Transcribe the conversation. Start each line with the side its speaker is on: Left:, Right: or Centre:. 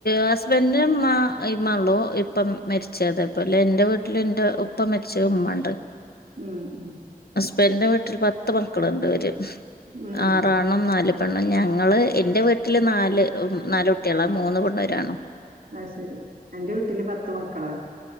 Left: ഹസ്ബൻഡിനും ഇ മളോ ഇപ്പം മരിച്ചതെപ്പല്ല എന്റെ വീട്ട ലിന്റെ ഉപ്പ മെച്ച് ഉമ്മണ്ട്
Right: ഉം ഉം
Left: ഇ എന്റെ വീട്ടിൽ പത്ത് മക്കളുണ്ട് വര
Right: ഉം
Left: ആറാണുനാല്പെണ്ണ്
Right: ഉം
Left: ഞ ഞങ്ങള് എന്റെ വീട്ടില് നാല് നാലല് കുട്ടികളാ മൂന്ന് പെണ്ണുംഒരാണ്
Right: ആ ശരി എന്റെ വീട്ടില് പത്ത് മക്കളാണ്